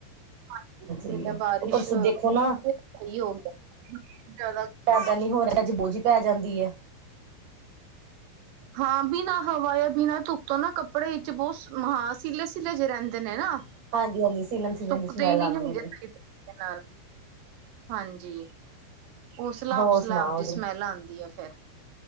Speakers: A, on the right (about 85°); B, on the right (about 45°).
A: ਹਾਂਜੀ, ਨਹੀਂ
B: ਹਾਂਜੀ,
A: ਤਾਂ ਬਾਰਿਸ਼
B: ਪਰਸੋਂ
A: ਸਹੀ
B: ਦੇਖੋ ਨਾ
A: ਹੋ ਗਿਆ ਜ਼ਿਆਦਾ
B: ਪੈਦਾ ਨੀ ਹੋ ਰਿਹਾ ਅਜੇ ਬੋਝੀ ਪੈ ਜਾਂਦੀ ਹੈ।
A: ਹਾਂ ਬਿਨਾਂ ਹਵਾਏ ਬਿਨਾਂ ਧੁੱਪ ਤੋਂ ਨਾ ਕੱਪੜੇ ਚ ਬਹੁਤ ਹਾਂ ਸੀਲੇ ਸੀਲੇ ਜਿਹੇ ਰਹਿੰਦੇ ਨੇ ਨਾ,
B: ਹਾਂਜੀ-ਹਾਂਜੀ ਸੀਲਨ-ਸੀਲਨ
A: ਸੁੱਕਦੇ
B: ਦੀ ਸਮੈਲ
A: ਹੀ ਨਹੀਂ
B: ਆਉਂਦੀ
A: ਹੈਗੇ,
B: ਹੈ ਜੀ
A: ਸਹੀ ਤਰੀਕੇ ਨਾਲ ਹਾਂਜੀ, ਉਹ ਸਲਾਬ-ਸਲਾਬ
B: ਹੋਰ ਸੁਣਾਓ
A: ਦੀ
B: ਜੀ।
A: ਸਮੈਲ ਆਉਂਦੀ ਆ ਫੇਰ।